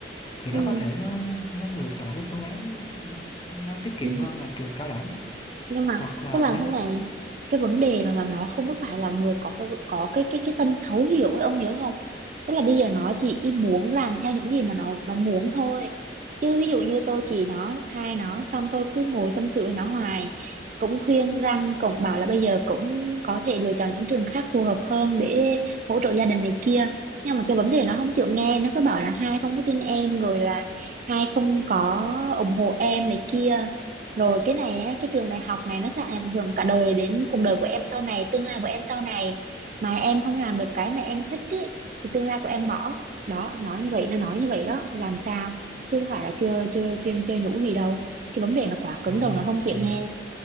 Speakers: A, on the left; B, on the right.
A: thì
B: ừ
A: nó có thể nó nó nó lựa chọn cái phương án nó tiết kiệm
B: ừ
A: hơn là trường cao đẳng
B: nhưng mà
A: hoặc là
B: tức là
A: nếu
B: thế này cái vấn đề là, là nó không có phải là người có cái có cái cái cái tâm thấu hiểu ấy ông hiểu không tức là bây giờ nó chỉ ý muốn làm theo những gì mà nó nó muốn thôi chứ ví dụ như tôi chỉ nó hai nó xong tôi cứ ngồi tâm sự với nó hoài cũng khuyên răng cũng bảo là bây giờ cũng có thể lựa chọn những trường khác phù hợp hơn để hỗ trợ gia đình này kia nhưng mà cái vấn đề nó không chịu nghe nó cứ bảo là hai không có tin em rồi là hai không có ủng hộ em này kia rồi cái này á, cái trường đại học này nó sẽ ảnh hưởng cả đời đến cuộc đời của em sau này, tương lai của em sau này. Mà em không làm được cái mà em thích ý, thì tương lai của em bỏ. Đó, nói như vậy, nó nói như vậy đó, làm sao? Chứ không phải là chưa chưa khuyên chưa nhủ gì đâu. Cái vấn đề nó quá cứng
A: ừ,
B: đầu
A: thì
B: nó không
A: cũng
B: chịu
A: chịu
B: nghe.